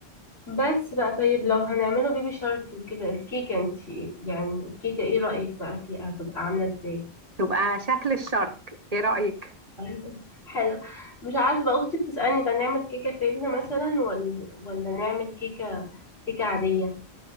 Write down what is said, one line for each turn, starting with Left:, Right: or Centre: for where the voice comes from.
Left: بس بقى طيب لو هنعمله بيبي شارك وكده الكيكة انت يعني الكيكة ايه رأيك بقى فيها هتبقى عاملة ازاي؟
Right: تبقى شكل الشارك ايه رأيك
Left: ايوه حلو مش عارفة بقى أختي بتسألني بقى نعمل كيكة فيلم مثلا ولا ولا نعمل كيكة كيكة عادية